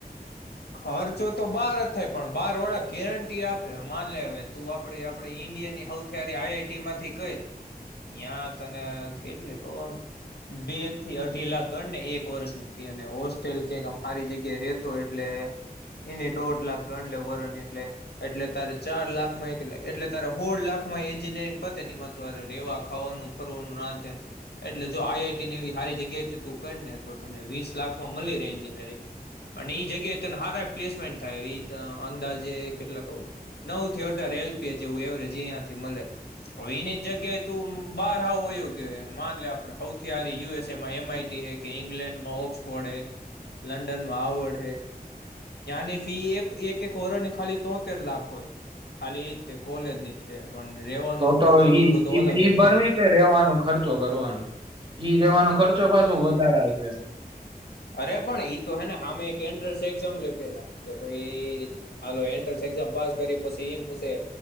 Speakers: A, on the left; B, on the right.
A: ખર્ચો તો બાર થાય પણ બાર વાળા ગેરંટી આપે માન લે તું આપડી આપે ઈન્ડિયાની હથિયારી આઈઆઈટી માંથી કર ત્યાં તને કેટલી કમ બે થી અઢી લાખ ગણને એક વર્ષની ફી અને હોસ્ટેલ કક આમારી જગ્યાએ રતો એટ એની દોઢ લાખ ગણ લે વરણ એટલે એટલે તારે ચાર લાખ માં એક એટલે તારે હોોળ લાખ માં એન્જિનયરિંગ પતે માંરે રેવા ખાવાનું ફરવાનું નાંત એટલે જો આઈઆઈટી ની એ સારી જગ્યાથી તું કરી ને તો તને વીસ લાખમાં મળી રહેે એન્જિનયરિંગ જગ્યાએ ત હાર પ્લેસમેન્ટ થાય એ અંદાજે કેટલા નવ થી અઢાર એલપીએ જેવું એવરેજ એયાથી મળે હવે એની જગ્યાએ તું બાર હયું કે માન લે આપડ સૌથી હારી યુએસએમાં એમ આઈટી હે કે ઈંગ્લેન્ડમાં ઓક્સફોર્ડ હે લંડનમાં હડ હે ની ફી એક એક એક વરની ખાલી તોતેર લાખ હોય ખાલી એ જ તે કોલેજ ની જ તે પણ રેવાનો
B: તો તો
A: ખર્ચો ને
B: ઈઈ
A: એ બધો અલગ
B: ફી
A: એટલે
B: ભરવી કે રેવાનું ખર્ચો કરવાનું ઈ રેવાનો ખર્ચો પાછું વધારે જસ
A: અરે પણ તો હેમે એક એ્રસ એઝામ લે પેલા કે ભાઈ આાલ એન્ટ્રસ એઝામ પાસ કરી પછી એમ પૂછે